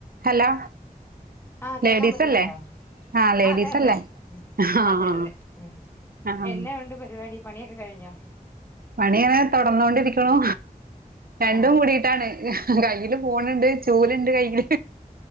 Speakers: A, on the right; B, on the left.
A: Hello
B: ആഹ് കേൾക്കാൻ
A: ലേഡീസല്ലേ
B: പറ്റുന്നുണ്ടോ?
A: ആഹ് ലേഡീസല്ലേ
B: അതെ അതെ ഉം
A: ആഹ്
B: അതെ അതെ ഉം
A: ആഹ്
B: എന്നാ ഉണ്ട് പരിപാടി പണിയൊ കഴിഞ്ഞോ?
A: പണി അങ്ങനെ തൊടർന്നോണ്ടിരിക്ക്‌ണു രണ്ടും
B: ആ
A: കൂടിയിട്ടാണ് കയ്യില് ഫോണ് ണ്ട് ചൂലുണ്ട് കയ്യില്